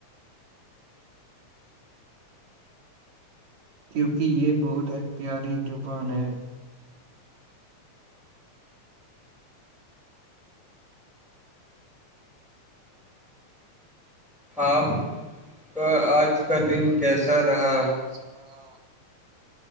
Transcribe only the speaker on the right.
کیونکہ یہ بہت پیاری زبان ہے
ہاں <unintelligible>